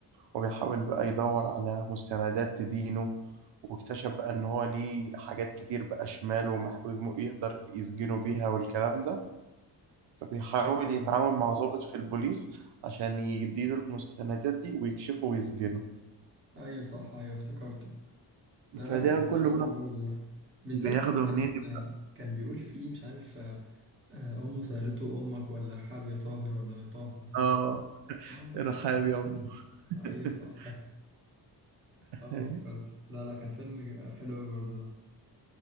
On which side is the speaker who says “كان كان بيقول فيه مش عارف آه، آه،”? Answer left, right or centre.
Right